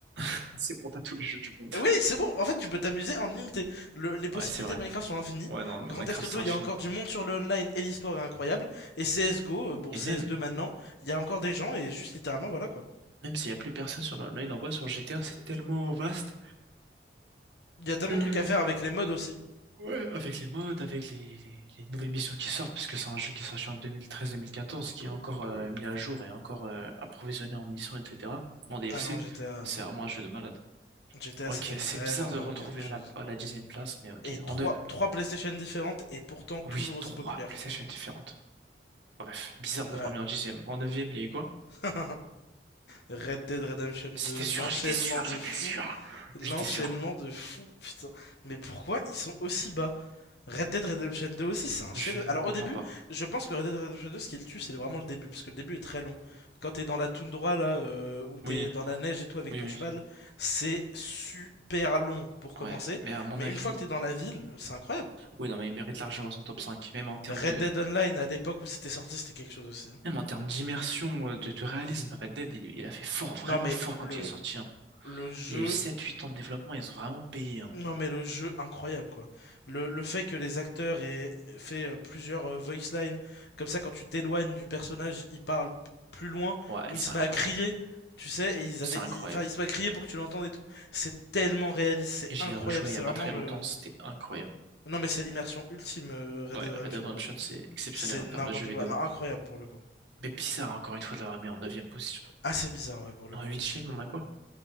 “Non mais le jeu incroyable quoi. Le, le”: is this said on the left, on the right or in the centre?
Left